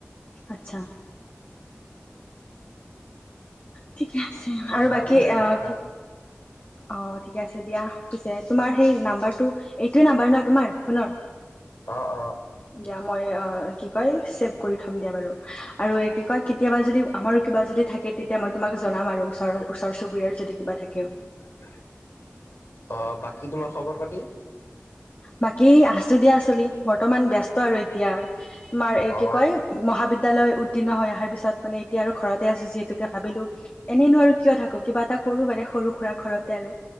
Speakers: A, on the left; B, on the left.
A: আচ্ছা ঠিকে আছে
B: মেম্বাৰ
A: আৰু বাকী
B: বুলি ভাবিব
A: আহ
B: পাৰা
A: কি
B: আৰু।
A: অ, 'ঠিক আছে দিয়া পিছে তোমাৰ সেই নাম্বাৰ এইটো নাম্বাৰ ন তোমাৰ ফোনৰ
B: অ', অ'।
A: দিয়া মই কি কয়? ছেভ কৰি থম দিয়া বাৰু আৰু, এই কি কৈ কেতিয়াবা যদি আমাৰো কিবা যদি থাকে তেতিয়া মই তোমাক জনাম আৰু ওচৰত। ওচৰ চুবুৰীয়াৰ যদি কিবা থাকে
B: অ, 'বাকী তোমাৰ খবৰ পাতি?
A: বাকী আছোঁ দিয়া চলি বৰ্তমান ব্যস্ত আৰু এতিয়া। তোমাৰ এই
B: অ
A: কি কয় মহাবিদ্যালয় উতীৰ্ণ হৈ অহাৰ পিছত মানে, এতিয়া আৰু ঘৰতে আছো যিহেতুকে ভাবিলোঁ এনেই নোৱাৰো কিয় থাকো কিবা এটা কৰো মানে সৰু সুৰা ঘৰতে আৰু,